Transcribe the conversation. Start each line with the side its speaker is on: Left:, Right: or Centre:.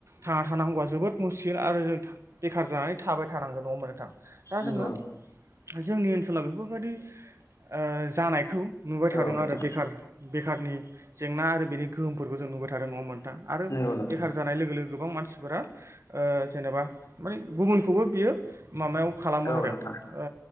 Right: थांना थानांगौआ जोबोद मुस्किल आरो जों बेखार जानानै थाबाय थानांगोन नङा ओमबा नोंथां। दा
Left: नंगौ
Right: जोङो
Left: नोंथां
Right: जोंनि ओनसोलाव बेफोरबायदि ओ जानायखौ नुबाय थादों
Left: औ नोंथां
Right: आरो बेखार बेखारनि जेंना आरो बेनि गोहोमफोरखौ जों। नुबाय थादों नङा ओमबा नोंथा आरो
Left: नंगौ नोंथां
Right: बेखार जानाय लोगो लोगो। गोबां मानसिफोरा ओ जेनेबा माने गुबुनखौबो बियो माबायाव खालामो
Left: औ
Right: आरो।
Left: नोंथां
Right: ओ